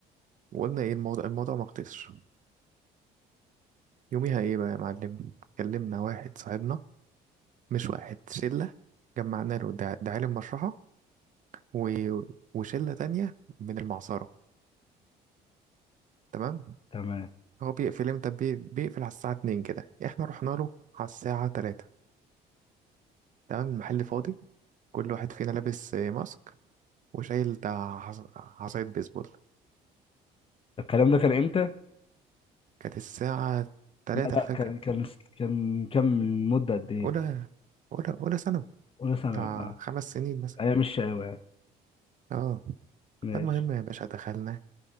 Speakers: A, on the right; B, on the left.
A: وقلنا ايه الموضوع الموضوع ما خلصش يوميها ايه بقى يا معلم كلمنا واحد صاحبنا مش واحد شلة جمعنا له ده ده عالم مشرحة و... وشلة تانية من المعصرة تمام
B: تمام
A: هو بيقفل امتى بي- بيقفل على الساعة 2 كده احنا رحنا له على الساعة 3 تمام المحل فاضي كل واحد فينا لابس آه، ماسك وشايل ده عص- عصاية بيسبول
B: الكلام ده كان امتى
A: كانت الساعة 3
B: لا لا
A: الفجر
B: كان كان كان كان من مده قد ايه
A: أولى أولى أولى ثانوي
B: اولى ثانوي
A: بتاع خمس سنين مثلا
B: هي مش شقاوة يعني
A: اه
B: ماشي
A: فالمهم يا باشا دخلنا